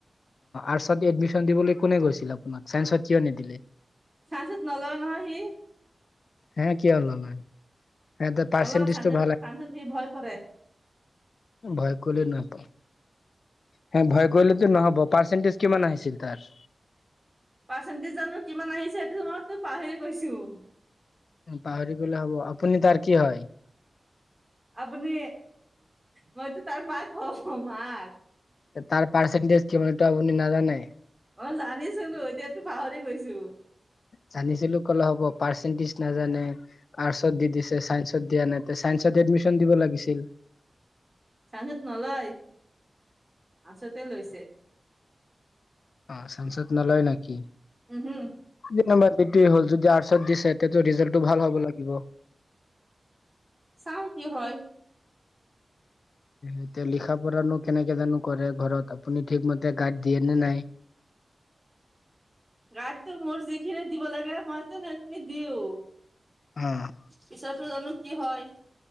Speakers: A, on the left; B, on the right.
A: আৰ্টচত এডমিশন দিবলৈ কোনে কৈছিল আপোনাক চাইন্সত কিয় নিদিলে?
B: চাইন্সত নলয় নহয় সি।
A: হে কিয় নলয় ইহঁতৰ পাৰৰ্চেন্টেজটো
B: নলয় চাইন্সত
A: ভাল আ
B: চাইন্সত সি ভয় কৰে
A: ভয় কলে নহব। হে ভয় কৰিলেতো নহ'ব, পাৰ্চেণ্টেজ কিমান আহিছিল তাৰ।
B: পাৰ্চেন্টেজ জানো কিমান আহিছে সেইটো মইতো পাহৰি গৈছোঁ।
A: পাহৰি গলে হ'ব, আপুনি তাৰ কি হয়?
B: আপুনি মইতো তাৰ মাক হওঁ মাক।
A: তাৰ পাৰৰ্চেন্টেজ কিমান এইটো আপুনি নাজানে?
B: অ' জানিছিলো এতিয়াতো পাহৰি গৈছো।
A: জানিছিলো ক'লে হ'ব? পাৰ্চেন্টেজ নাজানে আৰ্টচত দি দিছে চাইন্সত দিয়া নাই? চাইন্সত এডমিশ্যন দিব লাগিছিল?
B: চাইন্সট নলয় আৰ্টছতে লৈছে।
A: অ' চাইন্সত নলয় নেকি?
B: উম হুম।
A: যি নম্বৰ বৃদ্ধি হ'ল যদি আৰ্টছত দিছে তেতিয়া ৰিজাল্টটো ভাল হব। হ'ব লাগিব।
B: চাওঁ কি হয়।
A: এতিয়া লিখা পঢ়ানো কেনেকে জানো কৰে ঘৰত? আপুনি ঠিকমতে গাইড দিয়ে নে নাই?
B: গাইডটো মোৰ যিখিনি দিব লাগে মইতো সেইখিনি দিওঁ।
A: অ'।
B: পিছৰটো জানো কি হয়?